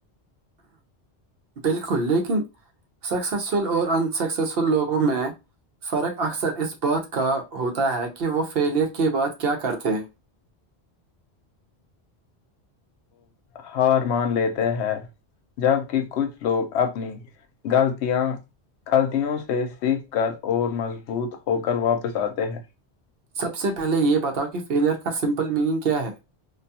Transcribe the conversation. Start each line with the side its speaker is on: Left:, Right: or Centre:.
Right: بالکل لیکن سکسیزفل اور ان سکسیزفل لوگوں میں فرق اکثر اس بات کا ہوتا ہے کہ وہ فیلیئر کے بعد کیا کرتے ہیں
Left: ہار مان لیتے ہیں جبک کچھ لوگ اپنی گغلطیاں غلطیوں سے سیکھ کر اور مضبوط ہو کر واپس آتے ہیں
Right: سب سے پہلے یہ بتاؤ کہ فیلئر کا سمپل میننگ کیا ہے